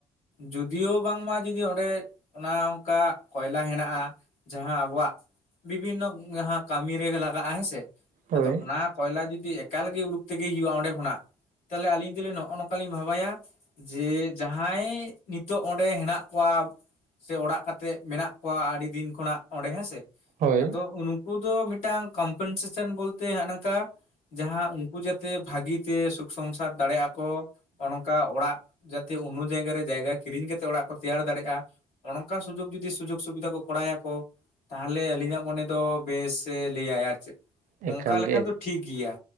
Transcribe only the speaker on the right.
ᱦᱳᱭ
ᱦᱳᱭ
ᱮᱠᱟᱞ
ᱜᱮ